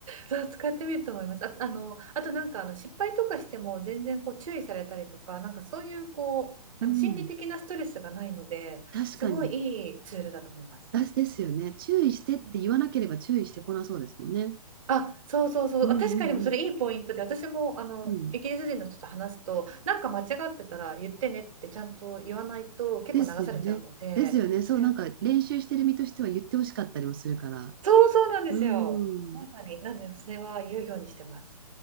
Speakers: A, on the right; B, on the right.
A: そう使ってみると思います。あ、あの、あとなんかあの失敗とかしても全然こう注意されたりとか、なんかそういうこう、
B: う。
A: あの心理的なストレスがないので、
B: うん。確かに。
A: すごいいいツールだと思います。
B: あですよね。注意してって言わなければ注意してこなそうですもんね。
A: うんあ、そうそうそう。
B: うんうん
A: あ確かにでもそれいいポイントで、私もあのイギリス人の人と話すと、
B: うん。うん。
A: なんか間違ってたら言ってねってちゃんと言わないと結構流されちゃうので、
B: ですよね。ですよね。そう、
A: それ、
B: なんか練習してる身としては言ってほしかったりもするから。
A: そうそうなんですよ。
B: う
A: まさに。
B: ん。なる
A: なんで、それは言うようにしてます。